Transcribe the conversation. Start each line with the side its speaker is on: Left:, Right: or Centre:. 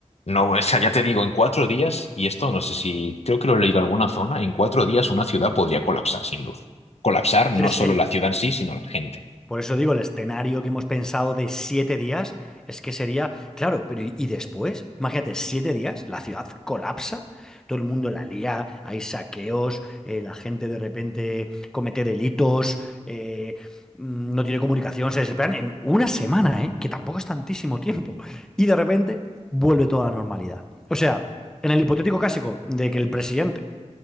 Left: No, o sea, ya te digo, en cuatro días, y esto no sé si, creo que lo he leído en alguna zona, en cuatro días una ciudad podría colapsar sin luz. Colapsar no
Centre: Sí, sí.
Left: solo la ciudad en sí, sino la gente.
Centre: Por eso digo, el escenario que hemos pensado de siete días es que sería, claro, pero ¿y y después? Imagínate, siete días, la ciudad colapsa, todo el mundo la lía, hay saqueos, eh, la gente de repente comete delitos, eh, mm, no tiene comunicación, se desesperan en una semana, ¿eh? Que tampoco es tantísimo tiempo. Y de repente vuelve toda la normalidad. O sea, en el hipotético caso de que el presidente